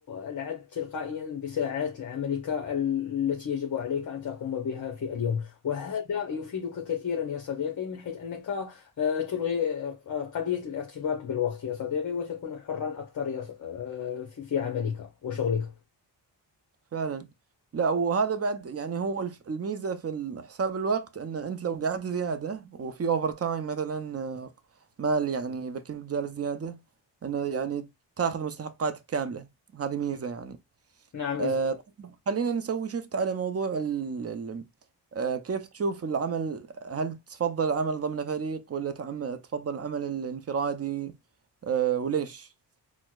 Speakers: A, on the left; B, on the right.
A: العد تلقائيا بساعات عملك ال- التي يجب عليك أن تقوم بها في اليوم وهذا يفيدك كثيرا يا صديقي من حيث أنك آه، تلغي آه، قضية الارتباط بالوقت يا صديقي وتكون حرا أكثر يا ص- آه، في في عملك وشغلك
B: فعلا لا وهذا بعد يعني هو الف- الميزة في ال- حساب الوقت ان انت لو قعدت زيادة وفي اوفر تايم مثلا آه، مال يعني اذا كنت جالس زيادة انه يعني تاخذ مستحقاتك كاملة هذه ميزة يعني
A: نعم
B: آه،
A: يا صديقي
B: خلينا نسوي شفت على موضوع ال ال آه، كيف تشوف العمل هل تفضل العمل ضمن فريق ولا تعم- تفضل العمل الانفرادي آه، وليش؟